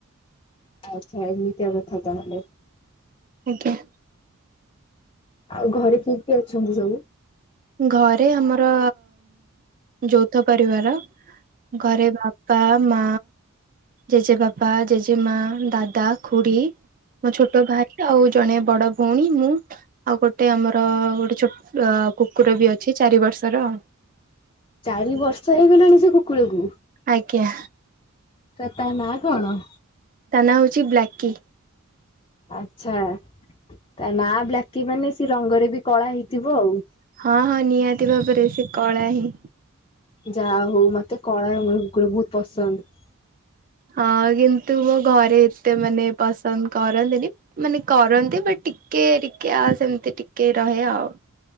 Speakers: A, on the left (about 25°); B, on the right (about 40°).
A: ଆଚ୍ଛା ଏମିତିଆ କଥା ତାହେଲେ।
B: ଆଜ୍ଞା।
A: ଆଉ ଘରେ କିଏ କିଏ ଅଛନ୍ତି ସବୁ?
B: ଘରେ ଆମର ଯୌଥ ପରିବାର। ଘରେ ବାପା। ମା ଜେଜେ ବାପା ଜେଜେମା ଦାଦା ଖୁଡ଼ି। ମୋ ଛୋଟ ଭାଇ ଆଉ ଜଣେ ବଡ ଭଉଣୀ ମୁଁ ଆଉ ଗୋଟେ ଆମର ଗୋଟେ ଛୋଟ। କୁକୁର ବି ଅଛି ଚାରି ବର୍ଷର ଆଉ।
A: ଚାରି ବର୍ଷ ହେଇଗଲାଣି ସେ କୁକୁରକୁ
B: ଆଜ୍ଞା
A: ତ ତା ନା କଣ।
B: ତା ନାଁ ହଉଛି ବ୍ଲାକି।
A: ଆଛା ତା ନା ବ୍ଲାକି ମାନେ ସେ ରଙ୍ଗରେ ବି କଳା ହେଇଥିବ ଆଉ।
B: ହଁ ହଁ ନିହାତି ଭାବରେ ସେ କଳା ହିଁ।
A: ଯାହା ହଉ ମତେ କଳା ରଙ୍ଗ କୁକୁର ବହୁତ ପସନ୍ଦ।
B: ହଁ କିନ୍ତୁ ମୋ ଘରେ ଏତେ ମାନେ ପସନ୍ଦ କରନ୍ତିନି। ମାନେ କରନ୍ତି ବାଟ ଟିକେ ଟିକେ ଆ ସେମିତି ଟିକେ ରହେ ଆଉ।